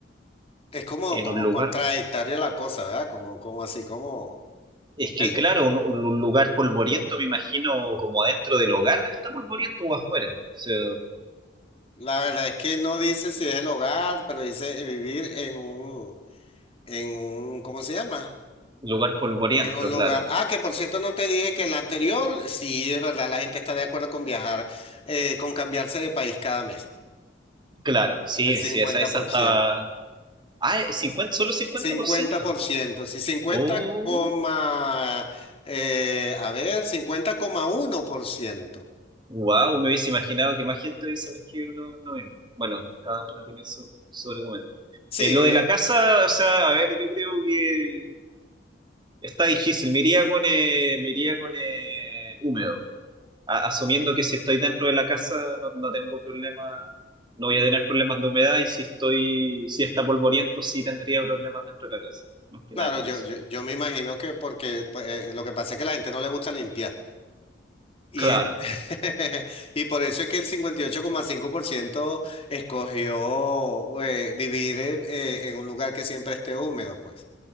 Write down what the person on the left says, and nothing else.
Es como,
como
contradictoria la cosa, ¿verdad? Como, como así, como...
El-
La verdad es que no dice si es el hogar, pero dice vivir en un, en un, ¿cómo se llama?
En un
lugar. Ah, que por cierto no te dije que el anterior, sí, es verdad, la gente está de acuerdo con viajar, eh, con cambiarse de país cada mes.
El cincuenta
cincuenta por
ciento,
cincuenta
por ciento, sí, cincuenta
coma, eh, a ver, cincuenta coma uno por ciento.
Sí,
claro,
yo,
yo, yo me imagino que porque pues, eh, lo que pasa es que a la gente no le gusta limpiar. Y,
en- <laughs> y por eso es que el 58,5% escogió eh, vivir eh, eh, en un lugar que siempre esté húmedo, pues.